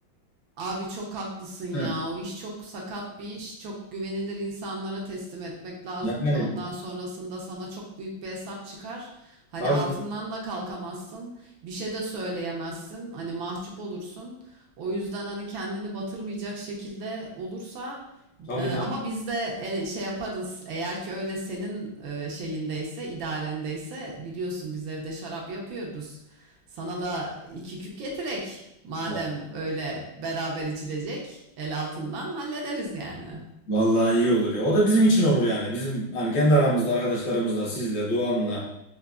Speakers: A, on the right; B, on the left.
A: Abi çok haklısın ya.
B: Hı.
A: O iş çok sakat bir iş. Çok güvenilir insanlara teslim etmek lazım
B: Yani
A: ki ondan sonrasında sana çok büyük bir hesap çıkar. Hani
B: tabii
A: altından da kalkamazsın. Bir şey de söyleyemezsin. Hani mahcup olursun. O yüzden hani kendini batırmayacak şekilde olursa
B: tabii
A: e, ama
B: tabii.
A: biz de e, şey yaparız. Eğer ki öyle senin e, şeyindeyse, idarendeyse biliyorsun biz evde şarap yapıyoruz. Sana da iki küp getirek. Madem
B: Ulan,
A: öyle beraber içilecek, el altından hallederiz yani.
B: Vallahi iyi olur ya. O da bizim için olur yani. Bizim hani kendi aramızda arkadaşlarımızla, sizle, Doğan'la,